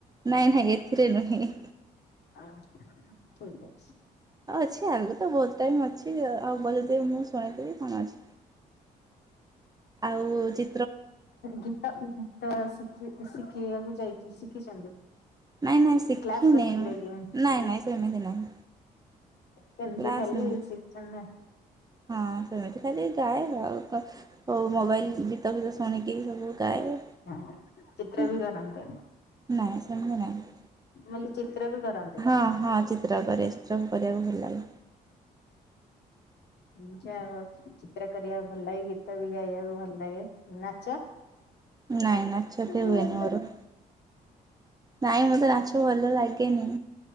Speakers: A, on the right; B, on the left.
A: ନାଇଁ ନାଇଁ ଏଥିରେ ନୁହେଁ।
B: ଆ ଠିକ୍ ଅଛି।
A: ଉ ଅଛି ଆଗକୁ ତ ବହୁତ ଟାଇମ୍ ଅଛି ଆଉ, ବଜେଇଦବି ମୁଁ ଶୁଣେଇଦେବି କଣ ଅଛି। ଆଉ ଚି
B: ଗୀତ, ଗୀତ ଶିଖି ଶିଖିବାକୁ ଯାଇ ଶିଖିଛନ୍ତି।
A: ନାଇଁ ନାଇଁ ଶିଖିନି
B: କ୍ଲାସ୍ କରିଥିଲେ
A: ମୁଁ
B: ଆଜ୍ଞା।
A: ନାଇଁ ନାଇଁ ସେମିତି ନାହିଁ
B: ସେମିତି
A: କ୍ଲାସ୍
B: ଖାଲି
A: ନାହିଁ।
B: ଶିଖାନ୍ତି।
A: ହଁ ସେମିତି ଖାଲି ଗାଏ ଆଉ, କ ସବୁ ମୋବାଇଲ୍, ଗୀତ ଫୀତ ଶୁଣିକି ସବୁ ଗାଏ।
B: ହଁ ଚିତ୍ର
A: ଉଁ
B: ବି କରନ୍ତି
A: ନାଇଁ ସେମିତି ନାଇଁ।
B: ମାନେ ଚିତ୍ର ବି କରନ୍ତି?
A: ହଁ ହଁ ଚିତ୍ର କରେ, ଚିତ୍ର ବି କରିବାକୁ ଭଲ ଲାଗେ।
B: ଆଚ୍ଛା। ଯ ଚିତ୍ର କରିବାକୁ ଭଲ ଲାଗେ, ଗୀତ ବି ଗାଇବାକୁ ଭଲ ଲାଗେ। ନାଚ? <inaudible>
A: ନାଇଁ ନାଚ ଏତେ
B: ଭଲ
A: ହୁଏନି ମୋର। ନାଇଁ ମତେ ନାଚ ଭଲ ଲାଗେନି।